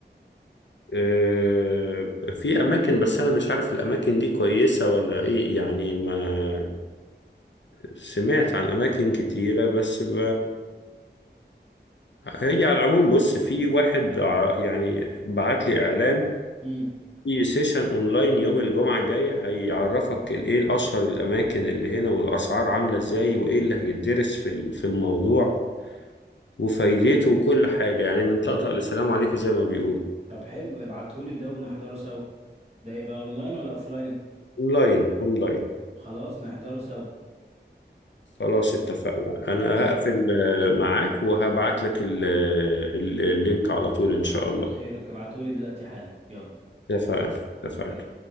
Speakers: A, on the left; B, on the right.
A: آه، في أماكن بس أنا مش عارف الأماكن دي كويسة ولا إيه يعني ما سمعت عن أماكن كتيرة بس ب... هي على العموم بص في واحد ع- يعني بعت لي إعلان
B: امم
A: في سيشن اونلاين يوم الجمعة الجاية هيعرفك ال- ايه اشهر الاماكن اللي هنا والاسعار عاملة ازاي وايه اللي هيتدرس في ال- في الموضوع وفايدته وكل حاجة يعني من طقطق لسلام عليكم زي ما بيقولوا
B: طب حلو ابعتهولي ده ونحضره سوا ده يبقى اونلاين ولا اوفلاين
A: اونلاين اونلاين
B: خلاص نحضره سوا
A: خلاص اتفقنا
B: اتفق
A: انا هقفل آه، معاك وهبعت لك ال- ال- اللينك على طول ان شاء
B: كتر
A: الله
B: خيرك ابعتولي دلوقتي حالا يلا
A: اتفقنا اتفقنا
B: اوكي.